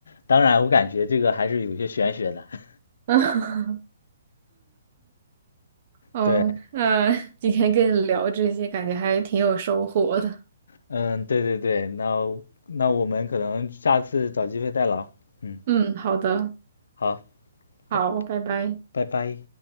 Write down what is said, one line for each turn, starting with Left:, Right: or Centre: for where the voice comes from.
Left: 当然，我感觉这个还是有些玄学的。<laughs>
Right: <laughs> 嗯，
Left: 对，
Right: 那 <laughs> 今天跟你聊这些，感觉还挺有收获的。
Left: 嗯，对对对，那那我们可能下次找机会再聊。嗯，
Right: 嗯，好的，
Left: 好，
Right: 好，
Left: 拜
Right: 拜拜。
Left: 拜拜。